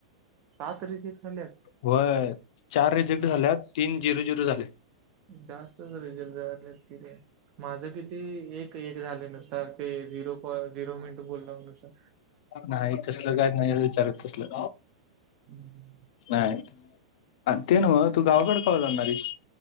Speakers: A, on the right; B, on the left.
A: सात रिजेक्ट झाल्यात?
B: होय. चार रिजेक्ट झाल्यात तीन झिरो - झिरो झालय.
A: जास्त रिजेक्ट झाल्यात कि रे माझं किती एक एक झाल नू तर ते झिरो कॉल झिरो मिनट बोलला नुसार.
B: न्हाय तसल काय नाय र विचारत तसल.
A: हम्म.
B: नाय, अन् ते न्हव तू गावाकड कवा जाणारयेस?